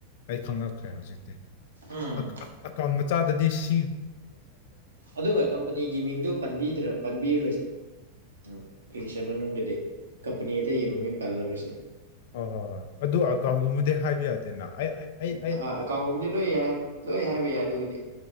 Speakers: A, on the left (about 50°); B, on the right (about 70°).
A: ꯑꯩ ꯈꯪꯪꯂꯛꯈ꯭ꯔꯦ ꯍꯧꯖꯤꯛ
B: ꯎꯝ
A: <unintelligible> ꯆꯥꯗꯗꯤ ꯁꯤ
B: ꯑꯗꯨꯒ ꯀꯝꯄꯅꯤꯒꯤ ꯃꯤꯡꯗꯨ ꯄꯟꯕꯤꯔꯣꯏ ꯑꯦꯄ꯭ꯂꯤꯀꯦꯁꯟ ꯃꯅꯨꯡꯗꯗꯤ ꯀꯝꯄꯅꯤ ꯑꯇꯩꯒꯤ ꯃꯃꯤꯡ ꯄꯜꯂꯔꫭꯏꯁꯦ
A: ꯍ ꯍꯣꯏ ꯍꯣꯏ ꯑꯗꯨ ꯑꯀꯥꯎꯟꯒꯨꯝꯕꯗꯤ ꯍꯥꯏꯕ ꯌꯥꯗꯦ ꯅ ꯑꯩ ꯑꯩ
B: ꯑꯥ ꯑꯦꯀꯥꯎꯟꯒꯨꯝꯕꯗꯤ ꯂꯣꯏ ꯌꯥꯏ ꯂꯣꯏ ꯍꯥꯏꯕ ꯌꯥꯏ ꯑꯗꯨꯒꯤꯗꯤ